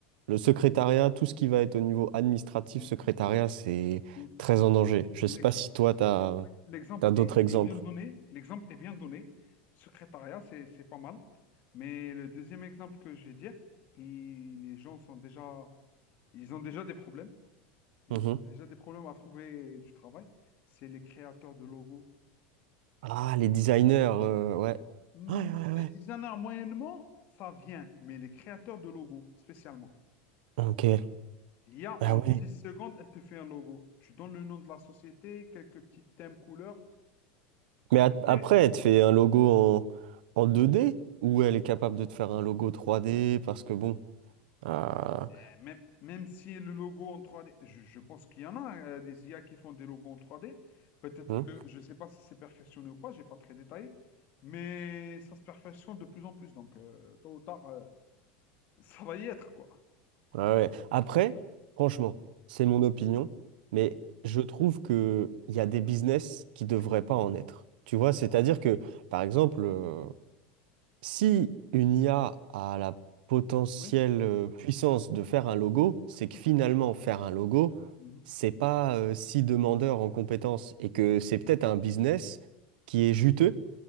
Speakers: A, on the right; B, on the left.
A: le secrétariat, tout ce qui va être au niveau administratif,
B: L-
A: secrétariat, c'est
B: l-
A: très en danger. Je
B: l'ex-
A: sais pas si toi, t'as,
B: Oui, L'exemple
A: t'as d'autres
B: est,
A: exemples.
B: est bien donné. L'exemple est bien donné. Secrétariat, c'est, c'est pas mal. Mais le deuxième exemple que je vais dire, il- les gens sont déjà, ils ont déjà des problèmes. Ils
A: Mhm.
B: ont déjà des problèmes à trouver du travail. C'est les créateurs de logos.
A: Ah, les designers, euh, ouais.
B: Hmm,
A: Ouais, ouais, ouais.
B: Les designers, moyennement, ça vient. Mais les créateurs de logos, spécialement.
A: Ok.
B: Il y a
A: Ah
B: en 10
A: ouais.
B: secondes, elle te fait un logo. Tu donnes le nom de la société, quelques petits thèmes, couleurs. elle
A: Mais a-
B: te
A: après,
B: fait.
A: elle te fait un logo en, en 2D ou elle est capable de te faire un logo 3D parce que bon. ah,
B: Euh, Même, même si le logo en trois d je, je pense qu'il y en a euh, des IA qui font des logos en trois d Peut-être
A: hein,
B: que, je ne sais pas si c'est perfectionné ou pas, je n'ai pas très détaillé, mais ça se perfectionne de plus en plus. Donc, euh, tôt ou tard, euh, <laughs> ça va y être, quoi.
A: ouais, ouais. Après, franchement, c'est mon opinion,
B: Mhm.
A: mais je trouve que il y a des business qui devraient
B: Oui,
A: pas en être. Tu vois, c'est-à-dire que, par exemple, euh,
B: Mhm.
A: Si une IA a a la potentielle
B: oui,
A: euh, puissance de faire un logo, c'est que
B: ouais.
A: finalement faire un logo,
B: Mhm.
A: c'est pas euh, si demandeur en compétences et que c'est peut-être un business qui est juteux